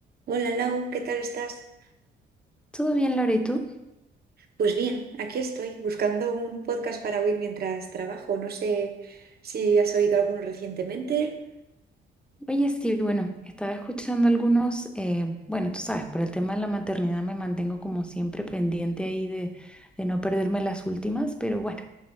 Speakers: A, on the right; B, in the centre.
A: Hola Lau, ¿qué tal estás?
B: Todo bien, Laura, ¿y tú?
A: Pues bien, aquí estoy buscando un podcast para oír mientras trabajo. No sé si has oído alguno recientemente.
B: Oye, sí, bueno, estaba escuchando algunos, eh, bueno, tú sabes, por el tema de la maternidad me mantengo como siempre pendiente ahí de, de no perderme las últimas, pero bueno,